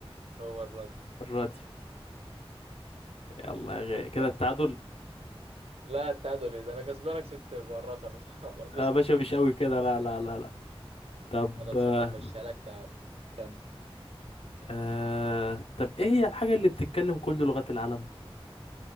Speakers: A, on the right; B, on the left.
A: هو الرد
B: الراديو يلا يا غالي
A: إيه الدنيا
B: كده التعادل
A: لا التعادل ايه ده انا كسبانك ست مرات ولا خلاص
B: يا
A: اسكت
B: باشا مش قوي كده لا لا لا لا طب
A: خلاص
B: آه...
A: يا عم، مشيها لك تعادل كمل
B: آه، طب ايه هي الحاجه اللي بتتكلم كل لغات العالم